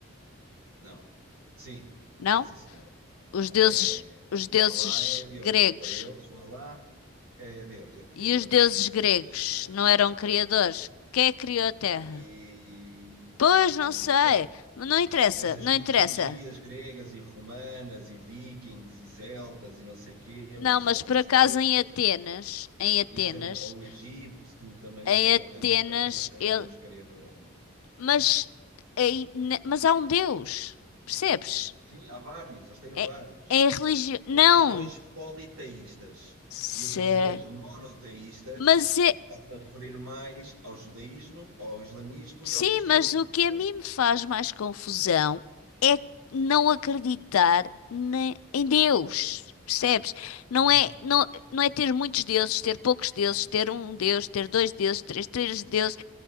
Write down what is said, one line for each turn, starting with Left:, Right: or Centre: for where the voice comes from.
Right: Não. Sim,
Left: não?
Right: é sim, senhora.
Left: Os
Right: É,
Left: deuses, os
Right: o
Left: deuses
Right: Alá é Deus.
Left: gregos.
Right: Para eles, o Alá é Deus, é Criador.
Left: E os deuses gregos
Right: Ah,
Left: não eram criadores? Quem é que criou a Terra?
Right: e
Left: Pois,
Right: eu
Left: não sei.
Right: sei.
Left: mas Não interessa,
Right: Essas
Left: não
Right: mitologias
Left: interessa.
Right: gregas e romanas e vikings e celtas e não sei quê,
Left: Não,
Right: ou as,
Left: mas
Right: ou as
Left: por
Right: astecas,
Left: acaso em Atenas, em Atenas,
Right: isso eu não, ou o Egito também,
Left: em
Right: isso eu não,
Left: Atenas,
Right: eu não sei se eles têm
Left: ele.
Right: um Deus criador ou não.
Left: Mas, em- ne- mas há um Deus, percebes?
Right: Sim, há vários, eles têm
Left: É,
Right: vários.
Left: é religião. Não.
Right: religiões politeístas.
Left: Se...
Right: E as religiões monoteístas
Left: Mas é.
Right: está-se a referir mais ao judaísmo, ao islamismo
Left: Sim,
Right: e ao cristianismo,
Left: mas o que
Right: certo?
Left: a mim me faz mais confusão é não acreditar ne- em Deus, percebes? Não
Right: Uhum.
Left: é, não, não é ter muitos deuses, ter poucos deuses, ter um deus, ter dois deuses, três, três deuses.